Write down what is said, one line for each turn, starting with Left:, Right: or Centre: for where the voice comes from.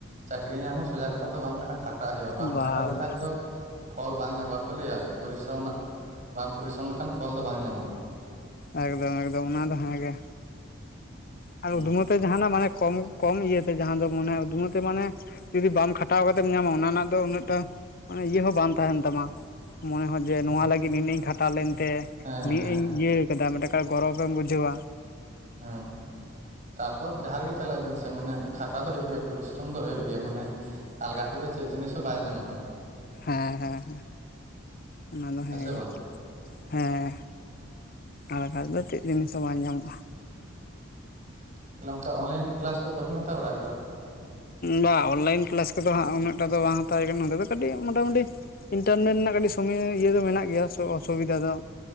Right: ᱪᱟᱹᱠᱨᱤ ᱧᱟᱢ ᱦᱚᱸ ᱥᱚᱡᱟ ᱠᱟᱛᱷᱟ ᱫᱚ ᱵᱟᱝ ᱠᱟᱱᱟ ᱠᱷᱟ ᱴᱟᱜ ᱦᱳᱭᱳᱜᱼᱟ ᱵᱟᱢ
Left: ᱵᱟ
Right: ᱠᱷᱟᱴᱟ ᱞᱮᱠᱷᱟᱡ
Left: ᱵᱟ
Right: ᱫᱚ ᱯᱷᱚᱞ ᱵᱟᱝ ᱧᱟᱢᱚᱜ ᱵᱟᱠᱚ ᱞᱟᱹᱭᱟ ᱯᱚᱨᱤ ᱥᱚᱢ ᱨᱮᱱᱟᱜ ᱵᱟᱢ ᱯᱚᱨᱤ ᱥᱚᱢ ᱞᱮ ᱠᱷᱟᱱ ᱯᱷᱚᱞ ᱫᱚ ᱵᱟᱝ ᱧᱟᱢᱚᱜᱼᱟ
Left: ᱮᱠᱫᱚᱢ ᱮᱠᱫᱚᱢ ᱚᱱᱟ ᱫᱚ ᱦᱮᱸ ᱜᱮ ᱟᱨ
Right: ᱦᱩᱸ
Left: ᱩᱫᱢᱟ ᱛᱮ ᱡᱟᱦᱟ ᱱᱟᱜ ᱢᱟᱱᱮ ᱠᱚᱢ ᱠᱚᱢ ᱤᱭᱟᱹᱛᱮ ᱡᱟᱦᱟᱸ ᱫᱚ ᱢᱚᱱᱮ ᱩᱫᱢᱟ ᱛᱮ ᱢᱟᱱᱮ ᱡᱩᱫᱤ ᱵᱟᱢ ᱠᱷᱟ ᱴᱟᱣ ᱠᱟᱛᱮᱢ ᱧᱟᱢ ᱟ ᱚᱱᱟ ᱨᱮᱱᱟᱜ ᱫᱚ ᱩᱱᱟᱹᱜ ᱴᱟ ᱤᱭᱟᱹ ᱦᱚᱸ ᱵᱟᱝ ᱛᱟᱦᱮᱱ ᱛᱟᱢᱟ ᱢᱚᱱᱮ ᱦᱚ ᱡᱮ ᱱᱚᱣᱟ ᱞᱟᱹᱜᱤᱫ ᱱᱤ ᱱᱟᱹᱜ ᱤᱧ ᱠᱷᱟ ᱴᱟᱣ ᱞᱮᱱ ᱛᱮ
Right: ᱦᱮᱸ
Left: ᱱᱤᱱᱟᱹᱜ
Right: ᱦᱮᱸ
Left: ᱤᱧ ᱤᱭᱟᱹ ᱟᱠᱟᱫᱟ ᱢᱤᱫ ᱴᱮᱱ ᱜᱚᱨᱚᱵᱽ ᱮᱢ ᱵᱩ ᱡᱷᱟᱹᱣᱟ
Right: ᱦᱮᱸ ᱛᱟᱯᱚᱨ ᱡᱟᱦᱟᱸ ᱨᱮ ᱜᱮ ᱪᱟᱞᱟᱜ ᱵᱤᱱ ᱥᱮ ᱢᱟᱱᱮ ᱠᱷᱟᱴᱟ ᱫᱚ ᱦᱳᱭᱳᱜ ᱜᱮ ᱭᱟ ᱯᱚᱨᱤᱥ ᱥᱚᱨᱚᱢ ᱫᱚ ᱦᱳᱭᱳᱜ ᱜᱮᱭᱟ ᱢᱟᱱᱮ ᱟᱞᱜᱟ ᱛᱮ ᱫᱚ ᱪᱮᱫ ᱡᱤᱱᱤᱥ ᱦᱚᱸ ᱵᱟᱭ ᱧᱟ ᱢᱚᱜᱼᱟ
Left: ᱦᱮᱸ ᱦᱮᱸ ᱚᱱᱟ ᱫᱚ ᱦᱮᱸ
Right: ᱥᱮ
Left: ᱜᱮ
Right: ᱵᱟᱝ
Left: ᱦᱮᱸ ᱟᱨ ᱵᱟᱠᱷᱟᱡ ᱫᱚ ᱪᱮᱫ ᱡᱤᱱᱤᱥ ᱦᱚᱸ ᱵᱟᱝ ᱧᱟ ᱢᱚᱜᱼᱟ
Right: ᱛᱟᱦᱞᱮ ᱚᱱᱠᱟ ᱚᱱ ᱞᱟᱭᱤᱱ ᱠᱮᱞᱟᱥ ᱠᱚ ᱵᱟ ᱵᱤᱱ ᱦᱟᱛᱟᱣ ᱵᱟ ᱲᱟ ᱟᱠᱟᱫᱟ
Left: ᱵᱟ ᱚᱱᱞᱟᱭᱤᱱ ᱠᱮᱞᱟᱥ ᱠᱚ ᱫᱚ ᱦᱟᱸᱜ ᱩᱱᱟᱹᱜ ᱴᱟ ᱫᱚ ᱵᱟᱝ ᱦᱟᱛᱟᱣ ᱠᱟᱱᱟ ᱱᱚᱰᱮ ᱫᱚ ᱠᱟᱴᱤᱡ ᱢᱚᱴᱟ ᱢᱩᱴᱤ ᱤᱱᱴᱟᱨ ᱱᱮᱴ ᱨᱮᱱᱟᱜ ᱠᱟᱹᱴᱤᱡ ᱥᱩᱢᱳᱭ ᱤᱭᱟᱹ ᱫᱚ ᱢᱮᱱᱟᱜ ᱜᱮᱭᱟ ᱚᱥᱩᱵᱤᱫᱷᱟ ᱫᱚ